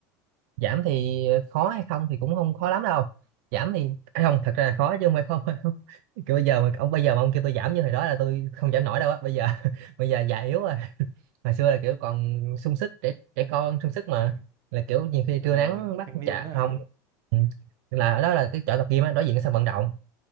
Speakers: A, on the right; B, on the right.
A: giảm thì khó hay không thì cũng không khó lắm đâu giảm thì à, không thật ra là khó chứ không phải không <laughs> kiểu bây giờ mà ông bây giờ mà ông kêu tôi giảm như hồi đó là tôi không
B: Ờ,
A: giảm nổi đâu á bây giờ <laughs> bây giờ già yếu rồi hồi xưa là kiểu còn sung sức trẻ trẻ
B: <laughs>
A: con sung sức mà là kiểu nhiều khi
B: ờ,
A: trưa nắng bắt
B: thanh niên
A: chà
B: đó hả?
A: không Ừ. Tức là ở đó là cái chỗ tập gym á đối diện cái sân vận động